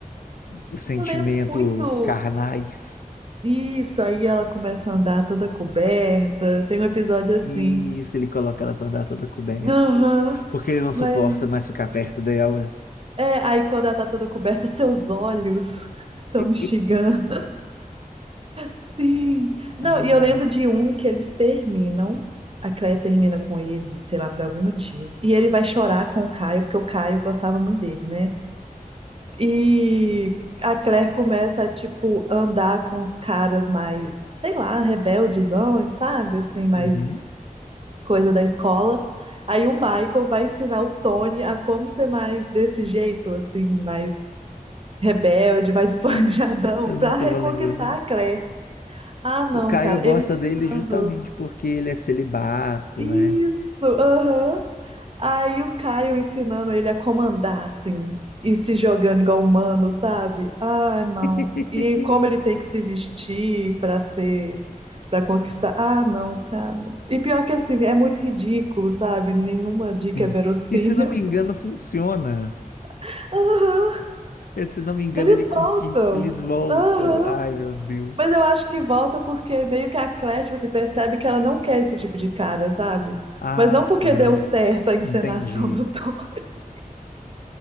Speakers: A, on the left; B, on the right.
A: Os sentimentos
B: Eu lembro muito.
A: carnais.
B: Isso, aí ela começa a andar toda coberta. Tem um episódio assim.
A: E isso ele coloca ela pra andar toda coberta.
B: Aham.
A: Porque ele não suporta
B: Mas
A: mais ficar perto dela.
B: É, aí quando ela tá toda coberta, <laughs> os seus olhos <laughs> estão
A: <laughs>
B: me xingando. Sim. Não,
A: Ai,
B: e eu lembro de um que eles terminam. A Cleia termina com ele, sei lá, por algum motivo. E ele vai chorar com o Caio, porque o Caio gostava muito dele, né? E a Claire começa a, tipo, andar com os caras mais, sei lá, rebeldezão, sabe? Assim, mais
A: uhum.
B: coisa da escola. Aí o Michael vai ensinar o Tony a como ser mais desse jeito, assim, mais rebelde, mais <laughs> esponjadão,
A: Ah, Eu
B: pra
A: não
B: reconquistar
A: tava lembrando.
B: a Claire. Ah, não,
A: O Caio
B: cara,
A: gosta
B: ele ensinando.
A: dele justamente porque ele é celibato,
B: Isso,
A: né?
B: aham. Aí o Caio ensinando ele a comandar, assim, e se jogando igual humano, sabe? Ah, não.
A: <laughs>
B: E como ele tem que se vestir pra ser, pra conquistar. Ah, não, cara. E pior que assim, é muito ridículo, sabe? Nenhuma dica
A: Sim.
B: é verossímil.
A: E se não me engano, funciona.
B: <laughs> Aham.
A: E, se não me engano,
B: Eles
A: ele conquista,
B: voltam.
A: eles voltam.
B: Aham.
A: Ai, meu Deus.
B: Mas eu acho que volta porque meio que a Claire, você percebe que ela não quer esse tipo de cara, sabe?
A: Ah,
B: Mas não porque
A: tá.
B: deu certo a encenação
A: Entendi.
B: do Thor. <laughs>